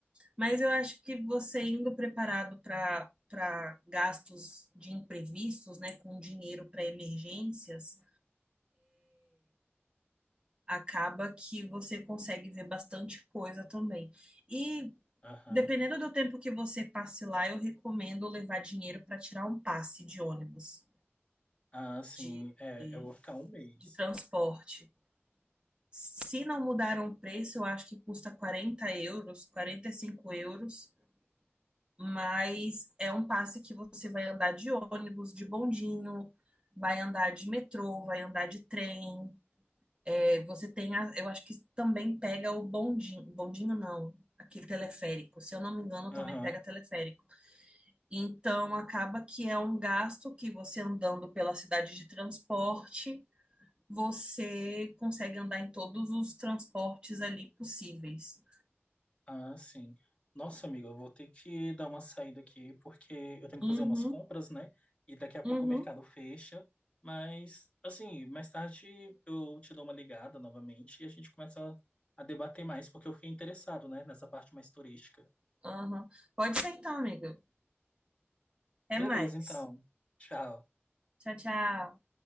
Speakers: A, on the right (about 20°); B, on the left (about 25°).
A: Mas eu acho que você indo preparado para para gastos de imprevistos, né, com dinheiro para emergências, acaba que você consegue ver bastante coisa também. E
B: Aham.
A: dependendo do tempo que você passe lá, eu recomendo levar dinheiro para tirar um passe de ônibus,
B: Ah, sim.
A: de,
B: É,
A: de,
B: eu vou ficar um mês.
A: de transporte. Se não mudaram o preço, eu acho que custa 40 euros, 45 euros, mas é um passe que você vai andar de ônibus, de bondinho, vai andar de metrô, vai andar de trem, É, Você tem a, eu acho que também pega o bondinho, bondinho não, aquele teleférico. Se eu não me engano,
B: Aham.
A: também pega teleférico. Então acaba que é um gasto que você andando pela cidade de transporte, você consegue andar em todos os transportes ali possíveis.
B: Ah, sim. Nossa, amiga, eu vou ter que dar uma saída aqui porque eu tenho que
A: Uhum,
B: fazer umas compras, né? E daqui a
A: uhum,
B: pouco o mercado fecha. Mas, assim, mais tarde eu te dou uma ligada novamente e a gente começa a debater mais, porque eu fiquei interessado, né, nessa parte mais turística.
A: uhum. Pode ser então, amiga. Até
B: Beleza,
A: mais.
B: então. Tchau.
A: Tchau, tchau.